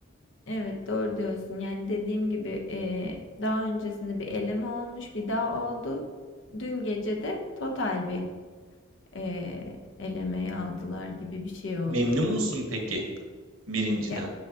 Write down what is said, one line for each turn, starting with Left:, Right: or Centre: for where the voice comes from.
Left: Evet doğru diyorsun. Yani dediğim gibi eee, daha öncesinde bir eleme olmuş, bir daha oldu. Dün gece de total bir eee elemeyi aldılar gibi bir şey oldu.
Right: Memnun musun peki birinciden?
Left: Ya,